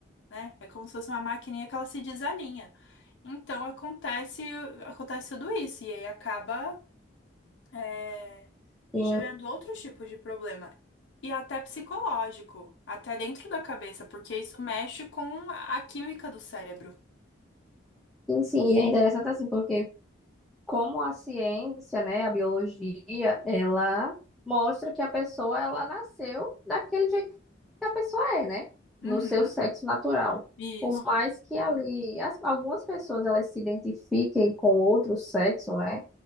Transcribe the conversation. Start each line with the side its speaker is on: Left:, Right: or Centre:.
Left: né? É como se fosse uma maquininha que ela se desalinha. Então acontece, acontece tudo isso, e aí acaba é,
Centre: sim,
Left: gerando outros tipos de problema. E até psicológico, até dentro da cabeça, porque isso mexe com a química do cérebro.
Centre: sim, sim. E é interessante assim, porque como a ciência, né, a biologia, ela mostra que a pessoa ela nasceu daquele jeito que a pessoa é, né, no
Left: Uhum.
Centre: seu sexo natural.
Left: Isso.
Centre: Por mais que ali as- algumas pessoas elas se identifiquem com outro sexo, né,